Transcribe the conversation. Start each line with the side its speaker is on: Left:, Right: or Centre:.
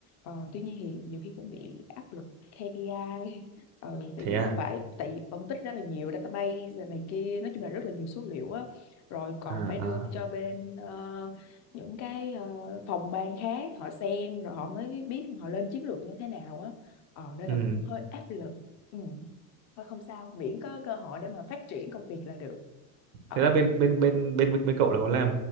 Left: Ờ, tuy nhiên thì nhiều khi cũng bị áp lực KPI Ờ, tại
Right: Thế
Left: vì
Right: à?
Left: phải tại vì phân tích rất là nhiều database rồi này kia nói chung là rất là nhiều số liệu á rồi còn
Right: À
Left: phải
Right: à.
Left: đưa cho bên ờ, những cái ờ, phòng ban khác họ xem rồi họ mới biết họ lên chiến lược như thế nào á ờ, nên
Right: Ừ.
Left: là cũng hơi áp lực ừ. thôi không sao miễn có cơ hội để mà phát triển công việc là được ờ,
Right: Thế là bên bên bên bên bên cậu là có làm